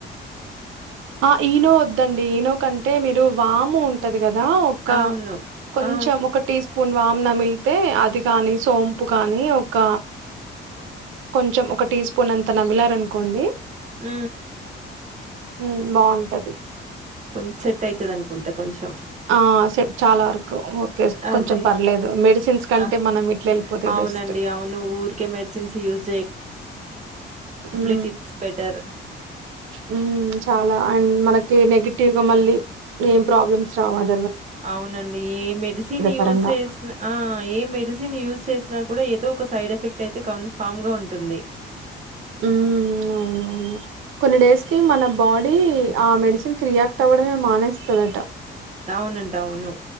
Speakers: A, on the right; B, on the right.
A: ఆ ఈనో వద్దండి ఈనో కంటే మీరు వాము ఉంటది కదా ఒక
B: అవును
A: కొంచెం
B: ఆ
A: ఒక టీ స్ పన్వామ్నమిలితే అది కాని సోంపు కాని ఒక కొంచెం ఒక టీ స్పూన్ అంతా నమిలర్ అనుకోండి
B: ఆ
A: ఉ బాగుంటది
B: కొంచ సెట్ అవుతుది అనుకుంటే కొంచెం
A: ఆ సేపు చాలా వరకు ఓకే
B: అదే
A: కొంచెం పర్లేదు మెడిసిన్స్ కంటే
B: ఆహ్,
A: మనం ఇట్ల వెళ్ళిపోతే
B: అవునండి
A: బెస్ట్
B: అవును ఊకే మెడిసిన్స్ యూస్
A: హ్మ్
B: టిప్స్ బెటర్
A: మ్మ్ చాలా అండ్ మనకు కే నెగిటివ్ గా మళ్ళీ ఏం ప్రాబ్లమ్స్ రావాలి
B: అవునండి ఏ మెడిసిన్ యూజ్
A: పరంగా
B: చేసిన ఆ ఏ మెడిసిన్ యూజ చేసిన నా కూడా ఏదో ఒక సైడ్ ఎఫెక్ట్ అయితే కన్ ఫామ్ గా ఉంటుంది
A: హ్మ్ అవును కొన్ని డేస్ కి మన బాడీ ఆ మెడిసిన్ కి రియాక్ట్ అవ్వడమే మానేస్తుందట
B: అవునంట అవును